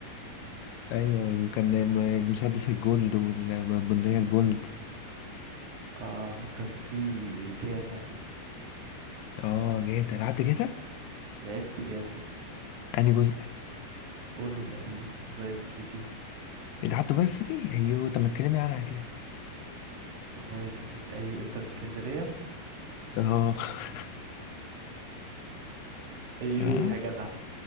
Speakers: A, on the left; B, on the right.
A: ايوه وكان الم- المسدس الجولد والبندقيه الجولد
B: اه وكان في جاتا
A: اه جاتا لعبت جاتا
B: لعبت جاتا
A: انهي جزء؟
B: كله تقريبا فايس سيتي
A: لعبت فايس سيتي ايوه طب ما تكلمني عنها كده
B: فايس سيتي ايوه انت في اسكندرية
A: اه <laughs>
B: ايوه
A: آه.
B: يا جدع